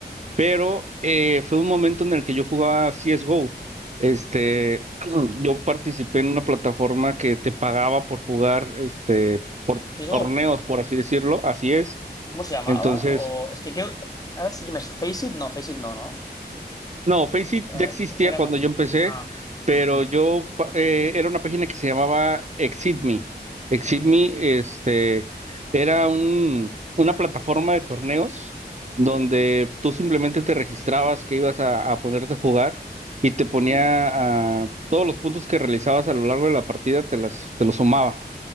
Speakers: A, on the right; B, on the left.
A: pero eh, fue un momento en el que yo jugaba CSGO. Este, <clears throat>
B: Ujú.
A: yo participé en una plataforma que te pagaba por jugar, este, por
B: Si digo,
A: torneos, por así decirlo, así es.
B: ¿cómo se llamaba?
A: Entonces,
B: O es que creo. Ahora sí que me. Face It, no, Face It no, ¿no?
A: No, Faceit
B: No,
A: ya existía
B: Era
A: cuando
B: más.
A: yo empecé,
B: Ah,
A: pero
B: ujú,
A: yo pa- eh, era una página que se llamaba ExitMe. ExitMe,
B: ujú,
A: este, era un, una plataforma de torneos donde
B: sí.
A: tú simplemente te registrabas que ibas a, a ponerte a jugar y te ponía
B: ujú.
A: ah, todos los puntos que realizabas a lo largo de la partida, te las, te los sumaba.